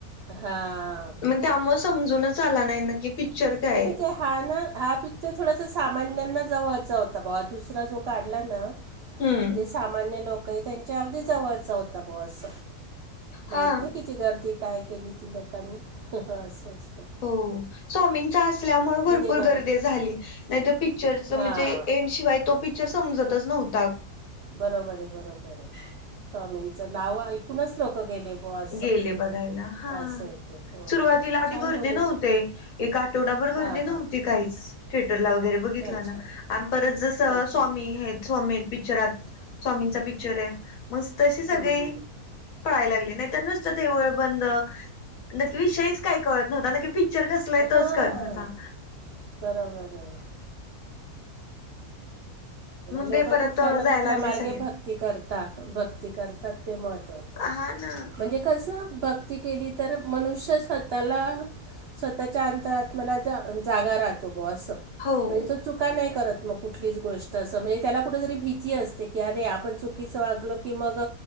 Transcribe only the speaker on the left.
मण त्याम समजूनच आला नाही न की पिक्चर काय
आहे
हम्म
हा
हो स्वामींग त्या असल्यामुळे भरपुर
गर्दी
झाली नाही तर पीक्चरच म्हणजे
एन्ड शिवाय समजतच नव्हत.
गेले बघायला हा
सुरुवातीला आधी
गर्दीे
नव्हते एक आठवडाभर गर्दी
नव्हती
काहीच थिएटरला वगैरे बघितलं
ना आणि परत जसं
स्वामी हे स्वामी पिक्चरात स्वामींचा पिक्चर आहे मग तसे सगळे
पयला लागले नाही ते नुसता देऊळ बंद, नक्की विषय च काय कळत न्हवता पिकच्चर कसय तोच
करत नव्हता
मग
ते परत
जायला
लागली
सगळे.
हा ना
हो.